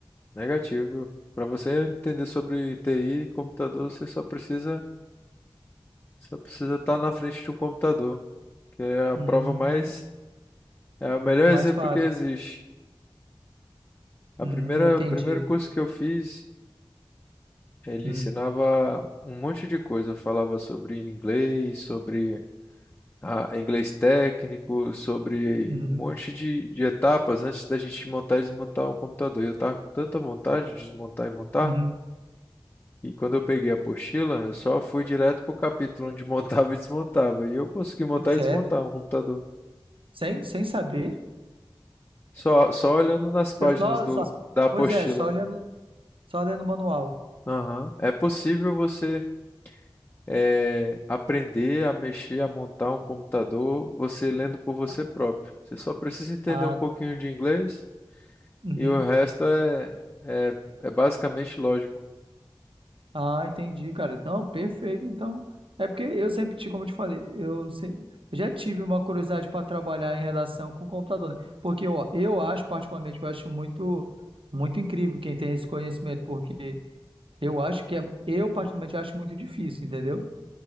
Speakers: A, on the left (about 25°); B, on the right (about 75°).
A: Negativo. Para você entender sobre TI e computador, você só precisa só precisa estar na frente de um computador, que é a
B: Hum,
A: prova mais é o melhor
B: mais
A: exemplo
B: fácil.
A: que existe. A
B: Hum,
A: primeira
B: entendi.
A: primeiro curso que eu fiz, ele
B: Hum,
A: ensinava um monte de coisa, falava sobre inglês, sobre ah, inglês técnico, sobre
B: uhum,
A: um monte de, de etapas antes da gente montar e desmontar um computador. E eu tava com tanta vontade de desmontar e montar,
B: uhum.
A: e quando eu peguei a apostila, eu só fui direto pro capítulo onde montava e desmontava. E eu consegui montar
B: Sério?
A: e desmontar um computador.
B: Sem, sem saber?
A: Só, só olhando nas páginas
B: Só,
A: do,
B: só,
A: da apostila.
B: pois é, só olhando, só lendo o manual.
A: Aham. É possível você eh, aprender a mexer, a montar um computador, você lendo por você
B: Ah,
A: próprio. Você só precisa entender
B: ah,
A: um pouquinho de inglês
B: uhum.
A: E o resto é, é, é basicamente lógico.
B: Ah, entendi, cara. Não, perfeito. Então, é porque eu sempre tive, como eu te falei, eu se- já tive uma curiosidade para trabalhar em relação com o computador, né? Porque eu, eu acho, particularmente, eu acho muito, muito incrível quem tem esse conhecimento, porque eu acho que é, eu particularmente acho muito difícil, entendeu?